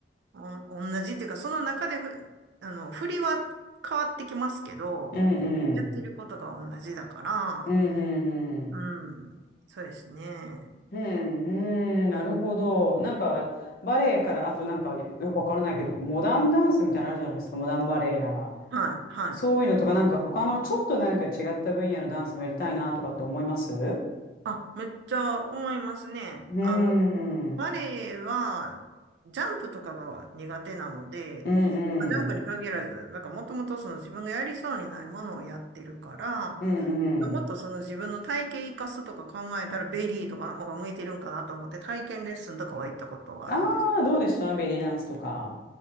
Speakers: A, on the right; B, on the left.
A: お、同じっていうか、その中でふ、あの、振りは変わってきますけど、
B: うんうん。
A: やってることが同じだから、
B: うんうんうん。
A: うん。そうですね。
B: うん、うんなるほど。なんか、バレエから、あとなんか、よくわからないけど、モダンダンスみたいなのあるじゃないですか、モダンバレエやら。
A: はい、はい。
B: そういうのとか、なんか他のちょっとなんか違った分野のダンスもやりたいなとかって思いますう
A: あ、めっちゃ思いますね。
B: ーん。
A: あの、バレエは、ジャンプとかが苦手なので、
B: うんうん。
A: まあジャンプに限らず、なんかもともとその自分がやりそうにないものをやってるから、
B: うんうん。
A: もっとその自分の体型生かすとか考えたらベリーとかの方が向いてるんかなと思って体験レッスンとかは行ったことはあるんですけど。
B: ああ、どうでしたベリーダンスとか。